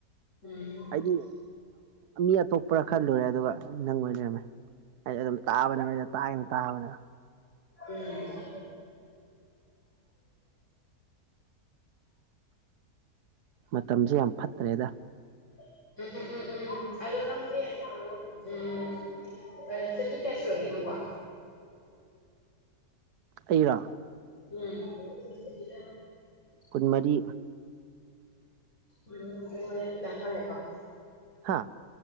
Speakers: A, on the left; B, on the right.
A: ꯎꯝ ꯎꯝ
B: ꯑꯩꯗꯤ ꯃꯤ ꯑꯇꯣꯞꯄꯔꯥ ꯈꯔ ꯂꯨꯔꯦ ꯑꯗꯨꯒ ꯅꯪ ꯑꯣꯏꯅ ꯂꯩꯔꯝꯃꯦ ꯑꯩ ꯑꯗꯨꯝ ꯇꯥꯕꯅꯦ ꯑꯩ ꯇꯥꯡꯅ ꯇꯥꯕꯅꯦ
A: ꯎꯝ <inaudible>
B: ꯃꯇꯝꯁꯦ ꯌꯥꯝ ꯐꯠꯇ꯭ꯔꯦꯗ
A: ꯎꯝ ꯎꯝ ꯎꯝ ꯎꯝ ꯑꯗꯨ ꯅꯝꯗꯤ ꯎꯝ ꯎꯝ ꯀꯔꯠꯇ ꯍ ꯀꯌꯥꯁ ꯑꯣꯏꯔꯒꯦ ꯅ ꯋꯥ
B: ꯑꯩꯔ
A: ꯎꯝ
B: ꯈꯨꯟꯃꯔꯤ
A: ꯃ ꯇꯪꯍꯂꯦ ꯀ
B: ꯍꯥꯥ